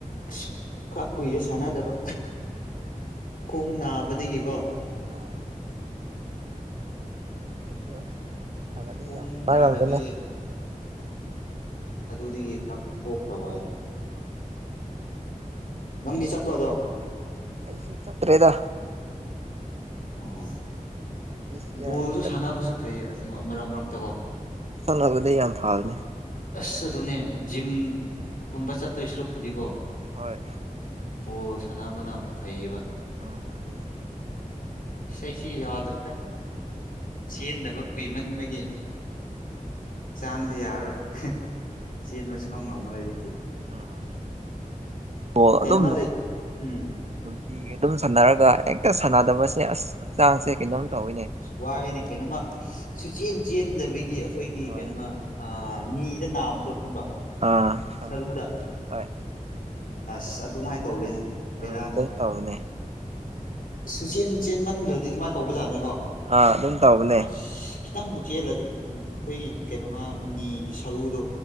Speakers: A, on the left; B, on the right.
A: ꯑꯁ ꯈꯔ ꯀꯨꯏꯔꯦ ꯁꯥꯟꯅꯗꯕ ꯈꯣꯡ ꯅꯥꯕꯗꯒꯤꯀꯣ
B: ꯑꯥ ꯑꯩꯁꯨ ꯍꯥꯟꯅꯗꯤ
A: ꯈꯣꯡ
B: ꯌꯥꯝ <unintelligible>
A: ꯌꯥꯗꯕꯒꯤ
B: ꯃꯤꯅꯦ
A: ꯑꯗꯨꯗꯒꯤ <unintelligible> ꯇꯣꯛꯈ꯭ꯔꯕ ꯑꯩ ꯅꯪꯗꯤ ꯆꯠꯄ꯭ꯔꯣ ꯑꯗꯣ
B: ꯑꯩꯁꯨ ꯆꯠꯇ꯭ꯔꯦꯗ
A: ꯑꯣ
B: ꯗꯤꯁ
A: ꯕꯣꯜꯁꯨ
B: ꯌꯥꯔ
A: ꯁꯥꯟꯅꯕꯁꯨ ꯐꯩ ꯑꯁꯤꯡꯕ ꯃꯔꯛ ꯃꯔꯛꯇꯀꯣ
B: ꯆꯠꯂꯒꯗꯤ ꯌꯥꯝ ꯐꯒꯅꯤ
A: ꯑꯁ ꯑꯗꯨꯅꯦ ꯖꯤꯝꯒꯨꯝꯕ ꯆꯠꯇꯣꯏ ꯁꯔꯨꯛꯄꯨꯗꯤꯀꯣ
B: ꯍꯣꯏ
A: ꯕꯣꯜ ꯁꯥꯟꯅꯕꯅ ꯐꯩꯌꯦꯕ
B: ꯑꯥ ꯑꯗꯨꯅꯦ
A: ꯏꯁꯩꯁꯤ ꯌꯥꯗ꯭ꯔ‌ꯦꯗ ꯆꯦꯟꯗꯕ ꯀꯨꯏꯃꯟꯕꯒꯤ ꯆꯥꯡꯁꯦ ꯌꯥꯔꯔꯣꯏ ꯆꯦꯟꯕ ꯁꯨꯡꯉꯝ ꯉꯝꯃꯔꯣꯏ ꯑꯩꯗꯤ
B: ꯑꯥ ꯑꯣ
A: ꯀꯩꯅꯣꯃ
B: ꯑꯗꯨꯝ
A: ꯂꯩ ꯎꯝ
B: ꯅꯨꯡꯇꯤꯒꯤ ꯑꯗꯨꯝ ꯁꯥꯟꯅꯔꯒ ꯍꯦꯛꯇ ꯁꯥꯟꯅꯗꯕꯁꯦ ꯑꯁ ꯍꯛꯆꯥꯡꯁꯦ ꯀꯩꯅꯣꯝ ꯇꯧꯋꯤꯅꯦ
A: ꯋꯥꯔꯦꯅ‌ꯦ ꯀꯩꯅꯣꯃ ꯁꯨꯆꯦꯟ ꯆꯦꯟꯗꯕꯒꯤ ꯑꯩꯈꯣꯏꯒꯤ
B: ꯍꯣꯏ
A: ꯀꯩꯅꯣꯃ ꯑ ꯅꯤꯗ ꯅꯥꯕꯗꯣ ꯈꯪꯕ꯭ꯔ‌ꯣ
B: ꯑꯥ ꯈꯪꯉꯦ
A: ꯁꯔꯨꯗ
B: ꯍꯣꯏ
A: ꯑꯁ ꯑꯗꯨꯃꯥꯏꯟ ꯇꯧꯔꯦꯅꯦ ꯕꯦꯔꯥꯅꯦ
B: ꯎꯝ ꯑꯗꯨꯝ ꯇꯧꯕꯅꯦ
A: ꯁꯨꯆꯦꯟ ꯆꯦꯟꯃꯟꯗ꯭ꯔꯗꯤ ꯑꯗꯨꯃꯥꯏꯅ ꯇꯧꯕꯖꯥꯠꯅꯤꯀꯣ
B: ꯑꯥ ꯑꯗꯨꯝ ꯇꯧꯕꯅꯦ
A: ꯑꯁ ꯈꯤꯇꯪꯕꯨ ꯆꯦꯜꯂꯗꯤ ꯑꯩꯈꯣꯏꯒꯤ ꯀꯩꯅꯣꯃ ꯅꯤꯒꯤ ꯁꯔꯨꯗꯣ